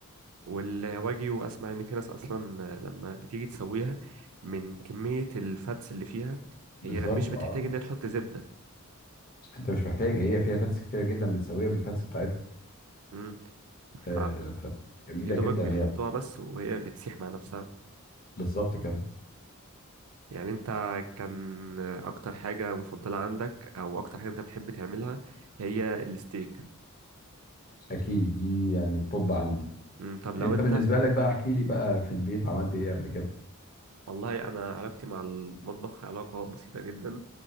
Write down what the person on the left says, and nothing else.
بالظبط
اه
انت مش محتاج هي فيها فاتس كتيره جدا بتسويها بالفاتس بتاعتها
آه فجميله
جدا
هي
بالظبط كده
اكيد دي يعني الطب عندي
انت
بالنسبه لك بقى احكي لي بقى في البيت عملت ايه قبل كده